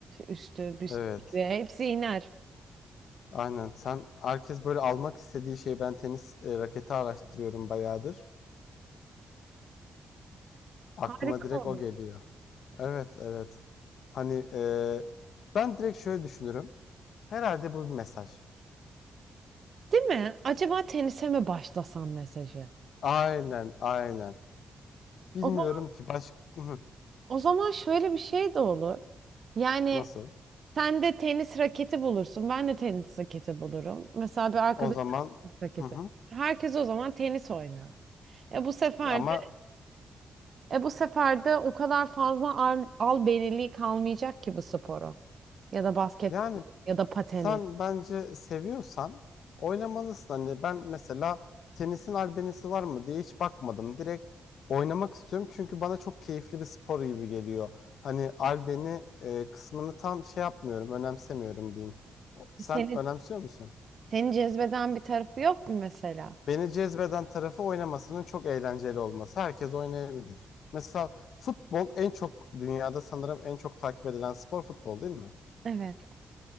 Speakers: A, on the right; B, on the left.
A: üstü, büstü
B: Evet.
A: hepsi iner.
B: Aynen. Sen herkes böyle almak istediği şey ben tenis e, raketi araştırıyorum bayağıdır. Aklıma
A: Harika
B: direkt
A: olur.
B: o geliyor. Evet, evet. Hani e, ben direkt şöyle düşünürüm. Herhalde bu bir mesaj.
A: Değil mi? Acaba tenise mi başlasam mesajı?
B: Aynen, aynen. Bilmiyorum
A: O zaman,
B: ki başka <laughs>
A: o zaman şöyle bir şey de olur. Yani
B: nasıl.
A: Sen de tenis raketi bulursun. Ben de tenis raketi bulurum. Mesela bir arkadaşım
B: O zaman
A: tenis
B: <laughs>
A: raketi.
B: hı hı.
A: Herkes o zaman tenis oynar. E bu sefer
B: Ama
A: de, e bu sefer de o kadar fazla al, albeniliği kalmayacak ki bu sporu. Ya da basketbol
B: <laughs> Yani
A: ya da pateni.
B: Sen bence seviyorsan oynamalısın. Hani ben mesela tenisin albenisi var mı diye hiç bakmadım. Direkt oynamak istiyorum çünkü bana çok keyifli bir spor gibi geliyor. Hani albeni e, kısmını tam şey yapmıyorum, önemsemiyorum diyeyim. O- Sen
A: Seni,
B: önemsiyor musun?
A: seni cezbeden bir tarafı yok mu mesela?
B: Beni cezbeden tarafı oynamasının çok eğlenceli olması. Herkes oynayabilir. Mesela futbol en çok dünyada sanırım en çok takip edilen spor futbol değil mi?
A: Evet.